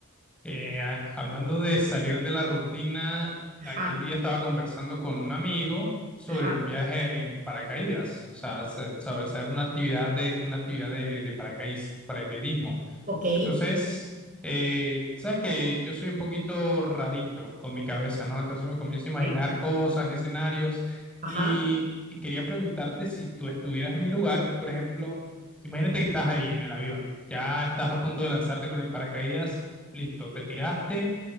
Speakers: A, in the centre; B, on the right.
A: Eh, a- hablando de salir de la rutina,
B: Ajá,
A: aquel día estaba conversando con un amigo sobre
B: ajá,
A: un viaje en paracaídas, o sea, se- sobre hacer una actividad de, una actividad de, de paracaid- paracaidismo.
B: ok.
A: Entonces, eh, sabes que yo soy un poquito rarito con mi cabeza, ¿no? Entonces me comienzo a imaginar
B: ok,
A: cosas, escenarios,
B: Ajá.
A: y, y quería preguntarte si tú estuvieras en mi lugar, por ejemplo, imagínate que estás ahí en el avión, ya estás a punto de lanzarte con el paracaídas, listo, te tiraste